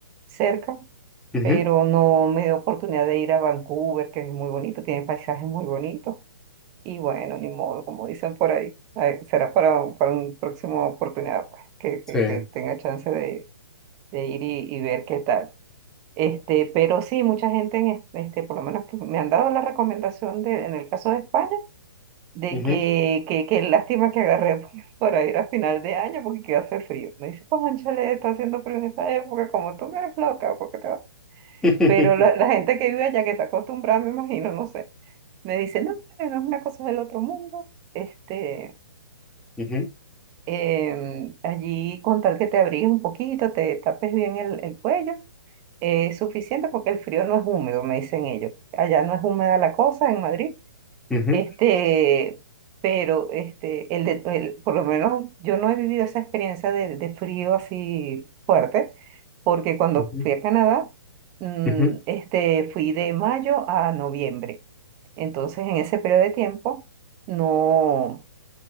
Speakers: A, on the right; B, in the centre.
A: cerca,
B: ujú.
A: pero no me dio oportunidad de ir a Vancouver, que es muy bonito, tiene paisajes muy bonitos. Y bueno, ni modo, como dicen por ahí, Ay, será para, un- para una próxima oportunidad pues, que,
B: Sí.
A: que, que tenga chance de, de ir y, y ver qué tal. Este, pero sí, mucha gente, en es- este, por lo menos que me han dado la recomendación de, en el caso de España, de
B: Ujú.
A: que, que, que lástima que agarré <laughs> p- para ir a <laughs> final de año porque que hace frío. Me dice, como chale, está haciendo frío en esa época, como tú no eres loca, porque te vas?
B: <laughs>
A: Pero la, la gente que vive allá, que está acostumbrada, me imagino, no sé, me dice, no, hombre, no es una cosa del otro mundo. Este,
B: Ujú.
A: em, allí con tal que te abrigues un poquito, te tapes bien el, el cuello. eh, suficiente porque el frío no es húmedo, me dicen ellos. Allá no es húmeda la cosa en Madrid.
B: Ujú.
A: Este, pero este, el de, el- por lo menos yo no he vivido esa experiencia de, de frío así fuerte, porque cuando
B: Ujú.
A: fui a Canadá, mm,
B: Ujú.
A: este, fui de mayo a noviembre. Entonces, en ese periodo de tiempo, no